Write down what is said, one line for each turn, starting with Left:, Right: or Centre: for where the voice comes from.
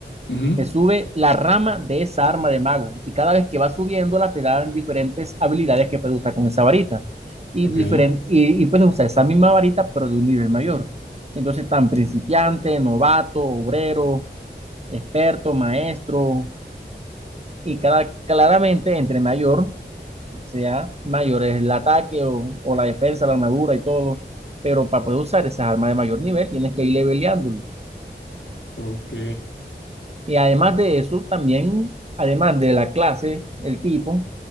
Left: Ujú.
Right: te sube la rama de esa arma de mago y cada vez que va subiéndola te dan diferentes habilidades que puedes usar con esa varita y,
Left: Ok.
Right: diferen- y, y puedes usar esa misma varita pero de un nivel mayor. Entonces, tan principiante, novato, obrero, experto, maestro y cada, claramente entre mayor sea mayor es el ataque o, o la defensa, la armadura y todo, pero para poder usar esas armas de mayor nivel tienes que ir leveleándolo.
Left: Ok.
Right: Y además de eso, también, además de la clase, el tipo,